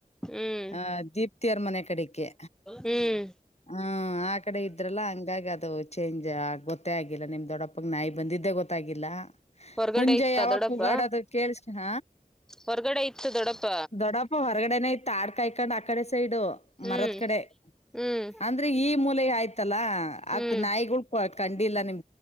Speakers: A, in the centre; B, on the left (about 45°).
A: ಹ್ಮ್
B: ಆ ದೀಪ್ತಿಯರ್ ಮನೆ ಕಡೆಗೆ
A: ಹ್ಮ್
B: ಹ್ಮ ಆ ಕಡೆ ಇದ್ರಲ್ಲ ಹಂಗಾಗಿ ಅದು ಚೇಂಜ್ ಆ ಗೊತ್ತೇ ಆಗಿಲ್ಲ ನಿಮ್ ದೊಡ್ಡಪ್ಪ ಪ್ಪಕ್ ನಾಯಿ ಬಂದಿದ್ದೆ ಗೊತ್ತಾಗಿಲ್ಲ
A: ಹೊರ್ಗಡೆ
B: ಹುಂಜೆ
A: ಇತ್ತ
B: ಯಾವಕ್
A: ದೊಡ್ಡಪ್ಪ
B: ಉಗಾಡದು ಕೇಳಳ್ಸಣ
A: ಹೊರ್ಗಡೆ ಇತ್ತು ದೊಡ್ಡಪ್ಪ
B: ದೊಡ್ಡಪ್ಪ ಹೊರಗಡೆನ ಇತ್ ಆಡ್ ಕಾಯ ಇ ಕಡೆ ಇಂದ ಆ ಕಡೆ ಸೈಡು
A: ಹ್ಮ್
B: ಮರತ್ ಕಡೆ
A: ಹ್ಮ್
B: ಅಂದ್ರೆ ಈ ಮೂಲೆ ಆಯ್ತು ಲ್ಲ
A: ಹ್ಮ್
B: ಆಕ್ ನಾಯಿಗಳು ಕಂಡಿಲ್ಲ ನಿಮ್